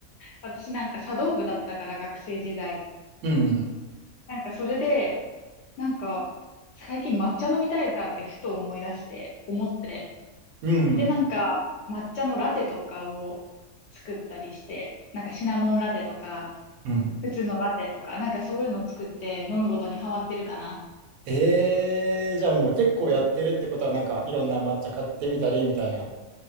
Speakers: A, on the left; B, on the right.
A: 私なんか茶道部だったから学生時代。
B: うん。
A: なんかそれで、なんか最近抹茶飲みたいなってふと思い出して、思って。
B: うん。
A: で、なんか抹茶のラテとかを作ったりして、なんかシナモンラテとか、
B: うん。
A: 普通のラテとか、なんかそういうのを作って飲むことにハマってるかな。
B: えー、じゃあもう結構やってるってことは、なんかいろんな抹茶買ってみたりみたいな。